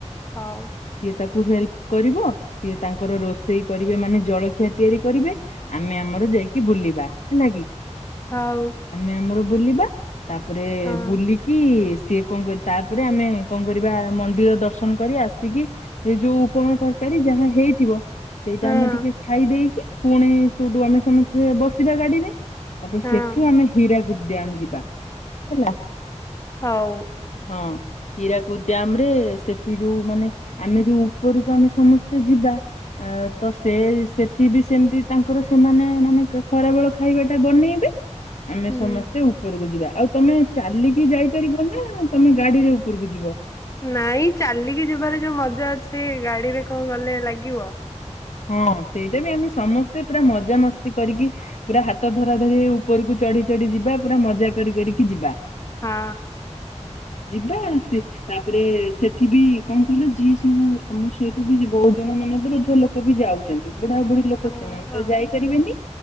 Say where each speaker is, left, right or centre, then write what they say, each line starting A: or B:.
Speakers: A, on the left; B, on the left.
A: ହଉ।
B: ସିଏ ତାକୁ ହେଲ୍ପ କରିବ। ସିଏ ତାଙ୍କର ରୋଷେଇ କରିବେ ମାନେ ଜଳଖିଆ ତିଆରି କରିବେ। ଆମେ ଆମର ଯାଇକି ବୁଲିବା। ହେଲା କି?
A: ହଉ।
B: ଆମେ ଆମର ବୁଲିବା। ତାପରେ
A: ହଁ
B: ବୁଲିକି ସିଏ କଣ କରି, ତାପରେ ଆମେ କଣ କରିବା ମନ୍ଦିର ଦର୍ଶନ କରି ଆସିକି ହେଇ ଯୋଉ ଉପମା ତରକାରୀ ଯାହା ହେଇଥିବ ସେଇଠୁ
A: ହଁ
B: ଆମେ ଟିକେ ଖାଇ ଦେଇକି ପୁ, ଣି ସେଠୁ ଆମେ ସମସ୍ତେ ବସିବା ଗାଡିରେ। ତାପରେ
A: ହଁ
B: ସେଠୁ ଆମେ ହୀରାକୁଦ ଡ୍ୟାମ ଯିବା, ହେଲା।
A: ହଉ।
B: ହଁ। ହୀରାକୁଦ ଡ୍ୟାମ ରେ ସେଠି ଯୋଉ ମାନେ ଆମେ ଯୋଉ ଉପରକୁ ଆମେ ସମସ୍ତେ ଯିବା ଆ ତ ସେ ସେଠି ବି ସେମତି ତାଙ୍କର ସେମାନେ ମାନେ ଖରାବେେଳ ଖାଇବା ଟା ବନେଇବେ। ଆମେ
A: ହୁଁ।
B: ସମସ୍ତେ ଉପରକୁ ଯିବା। ଆଉ ତମେ ଚାଲିକି ଯାଇପାରିବ ନା, ତମେ ଗାଡିରେ ଉପରକୁ ଯିବ?
A: ନାଇଁ ଚାଲିକି ଯିବାରେ ଯୋଉ ମଜା ଅଛି ଗାଡିରେ କଣ ଗଲେ ଲାଗିବ?
B: ହଁ ସେଇଟା ବି ଆମେ ସମସ୍ତେ ପୁରା ମଜାମସ୍ତି କରିକି ପୁରା ହାତ ଧରା ଧରି ହେଇ ଉପରକୁ ଚଢି ଚଢି ଯିବା। ପୁରା ମଜା କରି କରିକି ଯିବା।
A: ହଁ।
B: ଯିବା, ଆସି ତାପରେ ସେଠି ବି କଣ କହିଲ ଯିଏ ସବୁ ଆମ ସହିତ ବି ବହୁତ ଜଣ ମାନେ ଯୋଉ ଲୋକ ଲୋକ ବି ଯାଉଛନ୍ତି। ବୁଢା ବୁଢୀ ଲୋକ
A: ହଁ
B: ସେମାନେ
A: ହଁ
B: ତ ଯାଇପାରିବେନି।